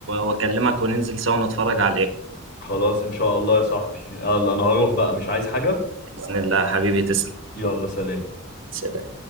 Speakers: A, on the right; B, on the left.
A: واكلمك وننزل سوا نتفرج عليه
B: خلاص ان شاء الله يا صاحبي يلا انا هروح بقى مش عايز حاجة
A: بإذن الله حبيبي تسلم
B: يلا سلام
A: سلام